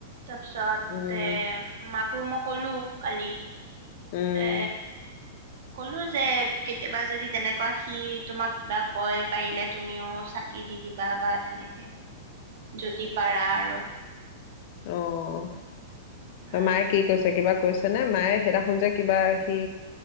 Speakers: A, on the right (about 65°); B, on the left (about 55°).
A: তাৰপিছতে
B: উম
A: মাক, আকৌ মই', ক'লো কালি,
B: উম
A: তে, কলো যে', কেতিয়াবা যদি তেনেকুৱা সি, - তোমাক কিবা -কয় পাৰিলে তুমিও চাকি দি দিবা বা তেনেকে যদি পাৰা আৰু,
B: অঁ। ত',
A: উম
B: মায়ে কি কৈছে কিবা, কৈছেনে মায়ে সেইদিনা যে কিবা সি',